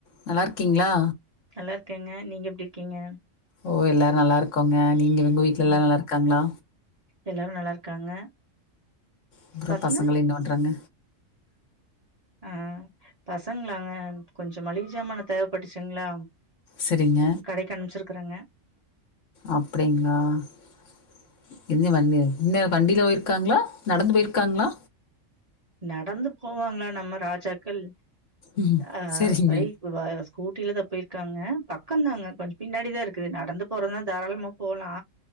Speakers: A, on the left; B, on the right.
A: நல்லா இருக்கீங்களா
B: நல்லா இருக்கேங்க நீங்க எப்டி இருக்கீங்க
A: ஓ எல்லாரு நல்லா இருக்கோங்க நீங் இவங்க வீடல எல்லா
B: ம்
A: நல்லா இருக்காங்களா
B: எல்லாரு நல்லா இருக்காங்க
A: அப்றோ
B: பசங்க
A: பசங்கெல்லா என்ன பண்றாங்க
B: ஆ பசங்களாங்க கொஞ்ச மளிக சாமான் தேவைப்பட்டுச்சிங்களா
A: சரிங்க.
B: கடைக்கு அனுமிச்சி இருக்காங்க
A: அப்டிங்களா <unintelligible> இன்னு வண்டியில போயிருக்காங்களா நடந்து போயிருக்காங்களா
B: நடந்து போவாங்களா நம்ம ராஜாக்கள்
A: ம்.
B: அஹ
A: சரிங்க,
B: பைக் வேற ஸ்கூ டூவீலர்ல தா போயிருக்காங்க பக்கோ தாங்க கொஞ்சோ பின்னாடி தா இருக்கு நடந்து போறதுனா தாராளமா போகலா